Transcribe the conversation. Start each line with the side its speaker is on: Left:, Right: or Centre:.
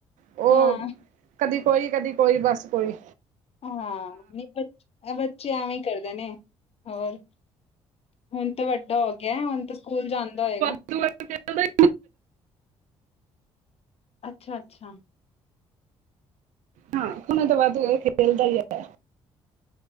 Right: ਉਹ
Left: ਹਾਂ
Right: ਕਦੀ ਕੋਈ ਕਦੀ ਕੋਈ ਬਸ ਕੋਈ
Left: ਹਾਂ ਨਹੀਂ ਆ ਬੱਚੇ ਐਵੇਂ ਈ ਕਰਦੇ ਨੇ ਹੋਰ ਹੁਣ ਤਾਂ ਵੱਡਾ ਹੋ ਗਿਆ ਗਿਆ ਹੁਣ ਤੇ ਸਕੂਲ ਜਾਂਦਾ ਹੋਏਗਾ
Right: ਦੂ <unintelligible>
Left: ਅੱਛਾ, ਅੱਛਾ
Right: ਹਾਂ ਓਨਾਂ ਤਾਂ ਵਾਧ ਖੇਲਦਾ ਹੀ ਆਯਾ ਐ।